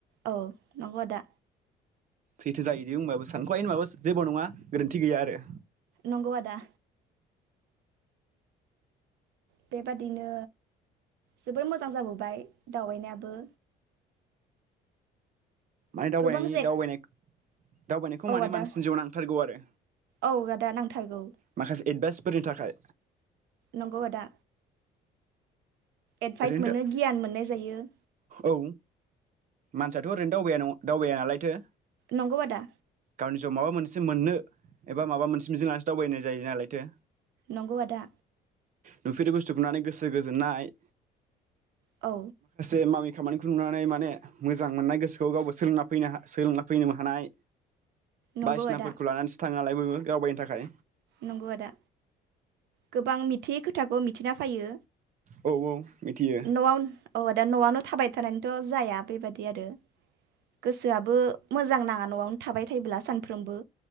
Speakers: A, on the right; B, on the right.
A: औ नांगौ आदा।
B: थैथो जाहैदों होमबाबो सानख'आ होनबाबो जेबो नङा गोरोन्थि गैया आरो।
A: नंगौ आदा। बेबादिनो जोबोर मोजां जाबोबाय दावबायनायाबो।
B: माने दावबायनायनि
A: गोबां जे
B: दावबायनाय दावबायनायखौ
A: औ
B: माने
A: आदा
B: मानसिनि जिउ नांथारगौ आरो।
A: औ आदा नां थारगौ।
B: माखासे एडभाइसफोरनि थाखाय।
A: नंगौ आदा। एडभाइस
B: ओरैनो
A: मोनो गियान मोननाय जायो
B: औ मानसियाथ' ओरैनो दावबाया न-दावबाया नालायथो
A: नंगौ आदा
B: गावनि जिउआव माबा मोनसे मोननो एबा माबा मोनसे मिजिं लानासो दावबायनाय जायो नालायथो
A: नगौ आदा
B: नुफेरै बुस्थुखौनानै गोसो गोजोननाय
A: औ
B: मावामि खा मानिखौ नुनानै माने मोजां मोननाय गोसोखौ गावबो सोंलोंना फैनो सोलोंना फैनो हानाय
A: नंगौ
B: बायसिना
A: आदा
B: फोरखौ लानानैसो थाङोनालाय बयबो दावबायनो थाखाय
A: नंगौ आदा गोबां मिथियै खोथाखौ मि थिना फायो
B: औ औ मिथियो
A: न'आव अ दा न'आवनो थाबाय थानाय थ' जाया बेबादि आरो गोसोआबो मोजां नाङा न'आव थाबाय थायोब्ला सानफ्रबो